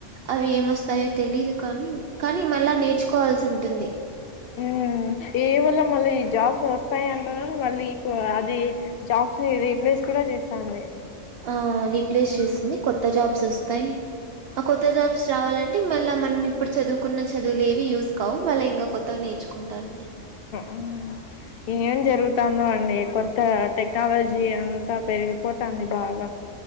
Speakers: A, on the right; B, on the left.
A: అవి ఏమొస్తాయో తెలీదు కానీ. కానీ మళ్ళా నేర్చుకోవాల్సి ఉంటుంది.
B: ఉహ్మ్ ఏవోల్ల మళ్ళీ జాబ్స్ వస్తాయి. అంటునర్ మళ్ళీ ఇప్ అది జాబ్స్ ని రీప్లేస్ కూడా చేస్తాంది.
A: ఆ రీప్లేస్
B: ఉమ్
A: చేస్తుంది కొత్త జాబ్ సస్తాయి. ఆ కొత్త జాబ్స్ రావాలండ్ టి మల్ల మనం ఇప్పుడు చదువుకున్న చదువుల్ ఏవి యూస్ కావు. మళ్ ఇంకా కొత్త నేర్చుకో నుకుంటండి
B: ఉహ్ ఏం జరుగుతందో అండి. కొత్తగా టెక్నాలజీ అంతా పెరిగిపోతంది బాగా.